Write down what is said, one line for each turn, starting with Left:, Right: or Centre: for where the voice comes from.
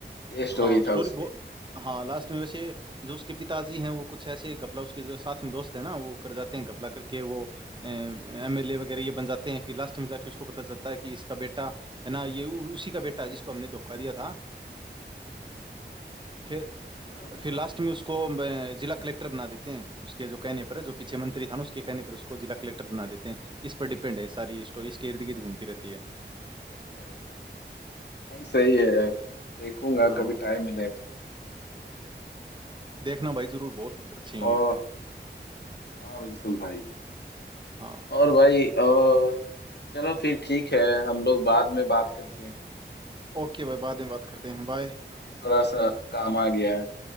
Left: ये
Right: हाँ
Left: स्टोरी
Right: स्टोरी
Left: था उस
Right: बहुत
Left: पे
Right: हाँ लास्ट में वैसे जो उसके पिताजी हैं वो कुछ ऐसे गपला उसके जो साथ में दोस्त है ना वो कर जाते हैं गपला करके वो एमएलए वगैरह ये बन जाते हैं फिर लास्ट में जाके उसको पता चलता है कि इसका बेटा है ना ये उ- उसी का बेटा है जिसको हमने धोखा दिया था फिर
Left: अच्छा
Right: फिर लास्ट में उसको अ, जिला कलेक्टर बना देते हैं उसके जो कहने पर जो पीछे मंत्री था ना उसके कहने पर उसको जिला कलेक्टर बना देते हैं इस पर डिपेंड है सारी स्टोरी इसके इर्द गिर्द घूमती रहती है
Left: अच्छा भाई भाई सही है यार देखूंगा
Right: हाँ
Left: कभी टाइम मिले तो
Right: देखना भाई जरूर बहुत अच्छी है ये
Left: और हाँ बिल्कुल भाई
Right: हाँ
Left: और भाई और चलो फिर ठीक है हम लोग बाद में बात करते हैं
Right: ओके भाई बाद में बात करते हैं बाय
Left: अभी थोड़ा सा काम आ गया है